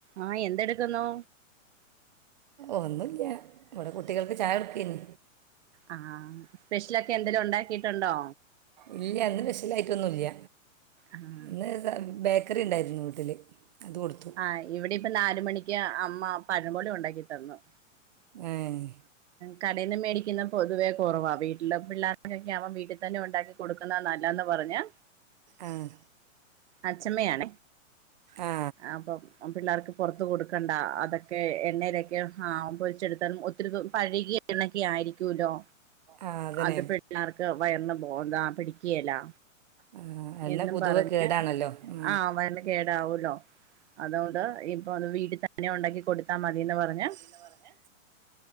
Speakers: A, on the right; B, on the right.
A: ആഹ് എന്തെടുക്കുന്നു
B: ഒന്നുംല്യ ഇവിടെ കുട്ടികൾക്ക് ചായ കൊടുക്കേനി
A: ആഹ് സ്പെഷ്യലൊക്കെ എന്തേലും ഒണ്ടാക്കിയിട്ടൊണ്ടോ
B: ഇല്യ ഇന്ന് സ്പെഷ്യലായിട്ടൊന്നും ഇല്യ
A: ആഹ്
B: ഇന്ന് സ ബേ ക്കറി ഉണ്ടായിരുന്നു വീട്ടില് അത് കൊടുത്തു
A: ആഹ് ഇവിടെ ഇപ്പം നാല് മണിക്ക് അമ്മ പഴംപൊരി ഒണ്ടാക്കി തന്നു
B: ഏഹ്
A: കടേന്ന് മേടിക്കുന്ന പൊതുവേ കൊറവാ വീട്ടിലെ പിള്ളാർക്കെക്കെ ആവുമ്പോ വീട്ടിൽ തന്നെ ഒണ്ടാക്കി കൊടുക്കുന്ന നല്ലാന്ന് പറഞ്ഞാ
B: ആഹ്
A: അച്ഛമ്മയാണ്
B: ആ
A: അപ്പൊ പിള്ളാർക്ക് പൊറത്ത് കൊടുക്കണ്ട അതൊക്കെ എണ്ണയിലൊക്കെ ആഹ് പൊരിച്ചെടുത്താൽ ഒ <unintelligible> പഴകിയ എണ്ണേക്കെ ആയിരിക്കൂല്ലോ
B: ആ അതന്നെ
A: അത് പിള്ളേർക്ക് വയറിന് <unintelligible> പിടി ക്കേലാ
B: ആ, എണ്ണ
A: എന്നും
B: പൊതുവെ
A: പറഞ്ഞ്
B: കേടാണല്ലോ ആ
A: ആഹ് വയറിന് കേടാവൂല്ലോ അതു കൊണ്ട് ഇപ്പൊ അത് വീട്ടിൽ തന്നെ ഒണ്ടാക്കി കൊടുത്താ മതിയെന്ന് പറഞ്ഞ്
B: എന്ന് പറഞ്ഞ്